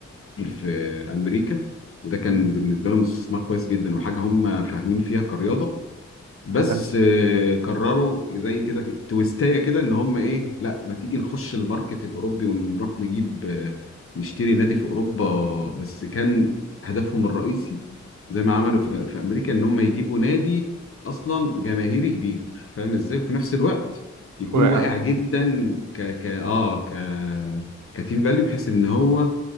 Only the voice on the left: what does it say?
في أمريكا وده كان
بالنسبة لهم استثمار كويس جدا وحاجة هم فاهمين فيها كرياضة بس
آه، قرروا زي كده في تويستايه كده ان هم ايه لا ما تيجي نخش الماركت الاوروبي ونروح نجيب آه، نشتري نادي في اوروبا بس كان هدفهم الرئيسي زي ما عملوا في, في امريكا ان هم يجيبوا نادي اصلا جماهيري كبير فاهم ازاي وفي نفس الوقت يكون
واقع جدا ك ك اه ك كتيم فاليو بحيث ان هو